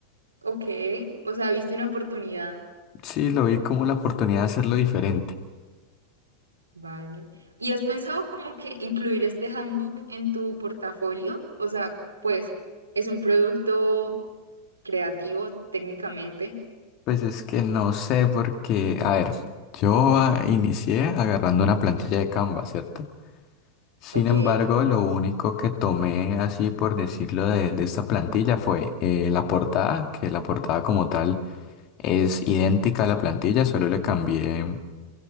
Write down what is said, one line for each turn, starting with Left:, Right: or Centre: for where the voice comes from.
Right: Ok, o sea, viste una oportunidad.
Left: Sí, lo vi como la oportunidad de hacerlo diferente.
Right: Vale. ¿Y has pensado como que incluir este handbook en tu portafolio? O sea, pues es un producto creativo técnicamente.
Left: Pues es que no sé porque, a ver, yo ah, inicié agarrando una plantilla de Canva, ¿cierto? Sin
Right: ok.
Left: embargo, lo único que tomé así por decirlo de, de esta plantilla fue eh, la portada, que la portada como tal Es idéntica a la plantilla, solo le cambié